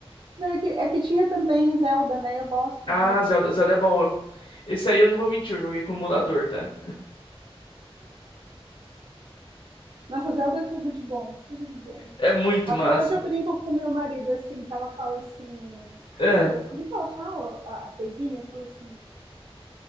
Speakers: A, on the right; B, on the left.
A: Não, é, que, é que tinha também Zelda, né? Eu gosto
B: Ah,
A: de,
B: Zelda,
A: de.
B: Zelda é bom. Eu- Esse aí eu não vou mentir, eu joguei com o emulador, tá?
A: Nossa, Zelda é tudo de bom, tudo de bom.
B: É muito
A: Até
B: massa.
A: hoje eu brinco com meu marido assim, que ela fala assim,
B: É,
A: ai meu Deus, como é que ela fala a, a coisinha? Eu falo assim,